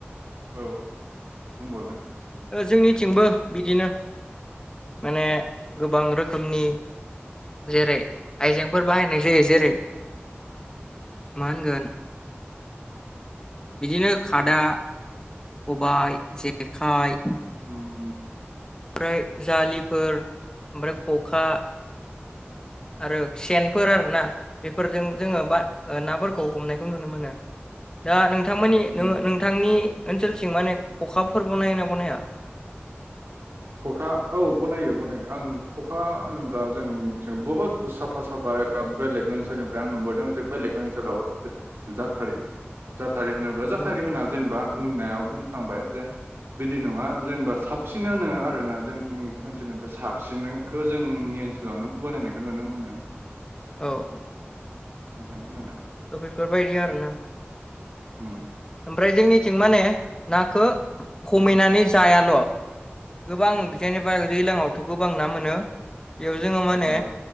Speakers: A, on the right; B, on the left.
A: औ बुंबावलाय
B: जोंनिथिंबो बिदिनो। माने गोबां रोखोमनि जेरै आयजेंफोर बाहायनाय जायो जेरै। मा होनगोन बिदिनो खादा खबाइ जेखाइ।
A: ओम
B: ओमफ्राय जाालिफोर ओमफ्राय खखा आरो सेनफोर आरोना बेफोरजों जोङो बा नाफोरखौ हमनायखौ नुनो मोनो। दा नोंथांमोननि
A: उम
B: नोङो नोंथांनि ओनसोलथि माने खखाफोरबो बनायो ना बनाया?
A: खखा औ बनायो बनायो आं खखा होन्ला जों बहुत साफा साफा बेलेग ओनसोलनिफ्राय आं नुबोदों जे बेलेग ओनसोलाव जाथारि- जाथारि होनोब जाथारि
B: औ
A: होना जेनेबा बुंनायाव बुंफ्लांबाय जे बिदि नङा जेनेबा साबसिन होनो आरोना जोंनि ओनसोलनिफ्राय साबसिनखौ जोंनि ओनसोलावनो बोननायखौ नुनो मोनो।
B: औ -औ।
A: आ आं दा
B: थ बेफोरबायदि आरो ना।
A: ओ।
B: ओमफ्राय जोंनिथिं माने नाखौ हमायनानै जायाल'। गोबां जेनेबा दैज्लांआवथ' गोबां ना मोनो बेयाव जोङो माने
A: औ